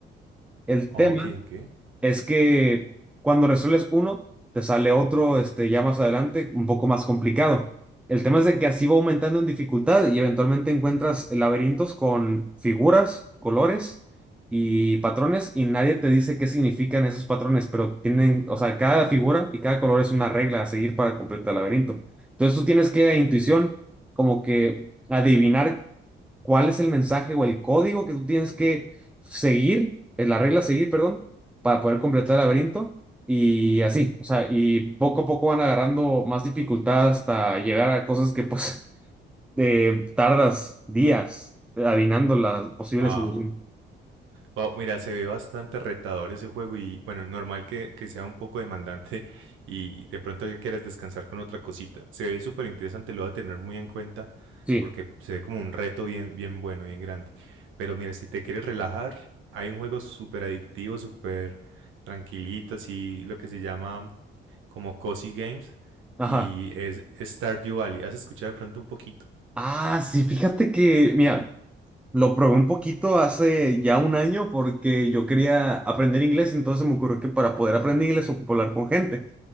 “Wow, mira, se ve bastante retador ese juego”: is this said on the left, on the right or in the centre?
Right